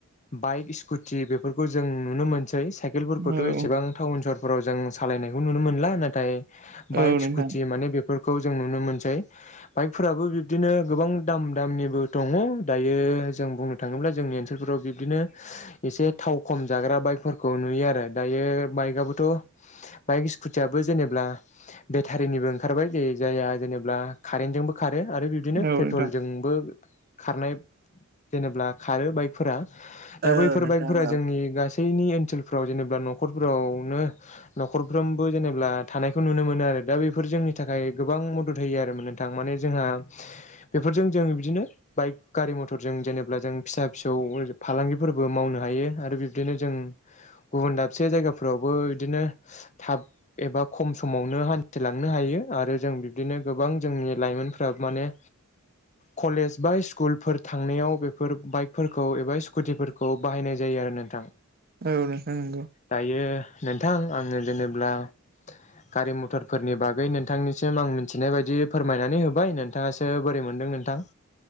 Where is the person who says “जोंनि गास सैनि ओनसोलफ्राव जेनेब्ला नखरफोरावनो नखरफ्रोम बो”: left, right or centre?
Left